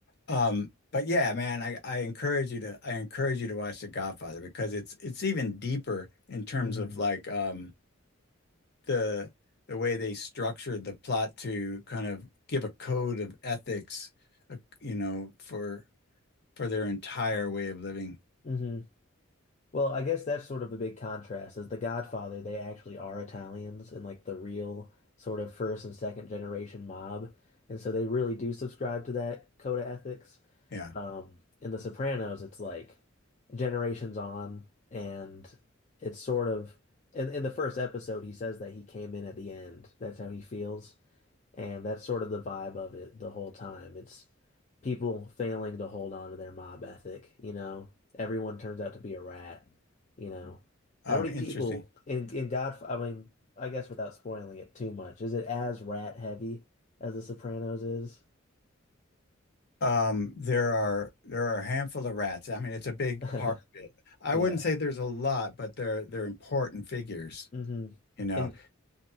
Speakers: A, on the left; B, on the left.
A: Um, but yeah, man, I I encourage you to I encourage you to watch The Godfather because it's it's even deeper in terms
B: hmm
A: of like um the the way they structured the plot to kind of give a code of ethics, uh, you know, for for their entire way of living.
B: hmm Well, I guess that's sort of a big contrast is The Godfather, they actually are Italians and like the real sort of first and second generation mob. And so they really do subscribe to that code of ethics.
A: Yeah.
B: Um, in The Sopranos, it's like generations on and it's sort of in, in the first episode he says that he came in at the end. That's how he feels. And that's sort of the vibe of it the whole time. It's people failing to hold on to their mob ethic, you know? Everyone turns out to be a rat, you know?
A: Oh,
B: How many
A: interesting.
B: people in in God, I mean, I guess without spoiling it too much, is it as rat heavy as The Sopranos is?
A: Um, there are there are a handful of rats. I mean, it's a big
B: <laughs>
A: part of it. I
B: Yeah.
A: wouldn't say there's a lot, but they're they're important figures,
B: hmm
A: you know.
B: In